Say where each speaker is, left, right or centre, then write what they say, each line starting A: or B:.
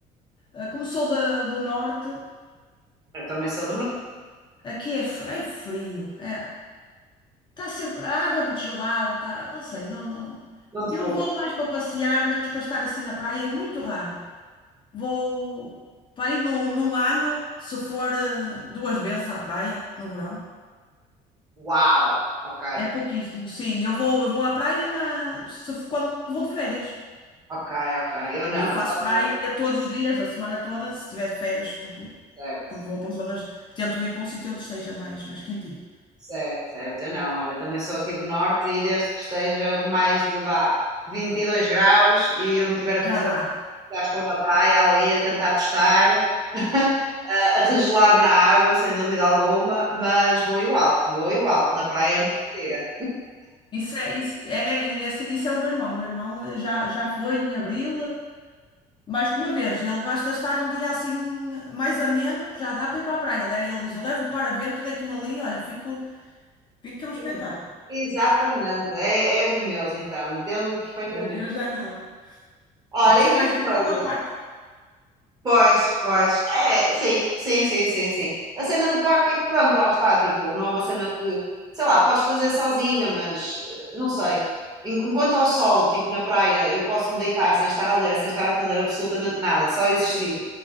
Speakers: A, on the left; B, on the right.
A: eh, como sou da- do norte,
B: Eu também sou do norte,
A: aqui é, f- é frio. É, Está sempre. A água é muito gelada, tá, não sei, não, não.
B: não te
A: Eu
B: pouco.
A: vou mais para passear, mas para estar assim na praia é muito raro. Vou para ir no, num ano, se for eh, duas vezes à praia no verão.
B: Uau, ok,
A: É pouquíssimo, sim. Eu vou, eu vou à praia na, se f- quando vou de férias.
B: ok, ok. Eu não,
A: Aí faço
B: eu só
A: praia
B: sou
A: todos os dias, da semana toda, se tiver de férias, porque,
B: certo,
A: porque vou para zonas, tento ir para um sítio onde esteja mais, mais quentinho.
B: certo, certo. Eu não, olha, também sou aqui do norte e desde que estejam mais de vá 22 graus e eu não tiver a
A: Já
B: fazer
A: dá.
B: já estão na praia ali a tentar testar, <laughs> a regelar na água, sem dúvida alguma, mas vou igual, vou igual. Na praia é ninguém tira.
A: Isso é, isso é, esse- isso é o meu irmão. O meu irmão eh, já, já foi em abril, eh, mais que uma vez. Ele basta estar um dia assim mais ameno, já dá para ir para a praia. Ele, é, ele diz: Eu levo o paravento, deito-me ali, olha, fico, fico que é um espetáculo.
B: Sim, Exatamente, é, é dos meus, então, entendo perfeitamente.
A: Eh, Eu já não.
B: Olha,
A: Gosto
B: e mais
A: mais de ir
B: coisas.
A: assim ao parque.
B: Pois, pois. É, sim, sim, sim, sim, sim. A cena do parque é que pronto, lá está, tipo, não é uma cena que, sei lá, podes fazer sozinha, mas eh, não sei. En- Enquanto ao sol, tipo, na praia, eu posso me deitar sem estar a ler, sem estar a fazer absolutamente nada, só existir.
A: Sim,